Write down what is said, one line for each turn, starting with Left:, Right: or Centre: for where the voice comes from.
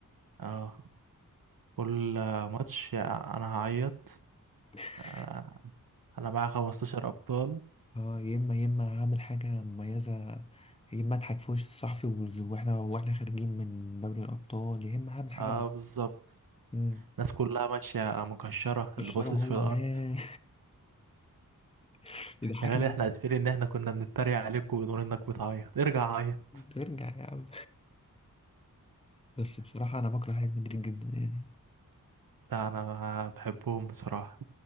Right: اه كل ماتش يا- انا هعيط
Left: <laughs>
Right: انا أنا معايا 15 ابطال
Left: اه يا اما يا اما هعمل حاجة مميزة يا اما اضحك في وش الصحفي والز- واحنا واحنا خارجين من دوري الابطال يا اما هعمل حاجة
Right: اه
Left: م-
Right: بالظبط
Left: مم.
Right: الناس كلها ماشية مكشرة
Left: بالشرب
Right: اللي باصص
Left: هو
Right: في الارض
Left: ها <laughs> يضحكني
Right: يا غالي
Left: أوي.
Right: احنا عارفين ان احنا كنا بنتريق عليك ونقول انك بتعيط ارجع عيط
Left: ترجع يا عم بس بصراحة أنا بكره ريال مدريد جدا يعني
Right: لا انا بحبهم بصراحة